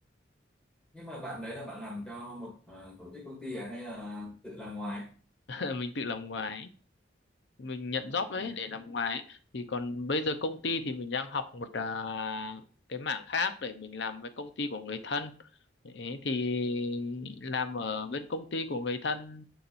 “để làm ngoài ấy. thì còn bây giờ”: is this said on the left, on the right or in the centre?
Left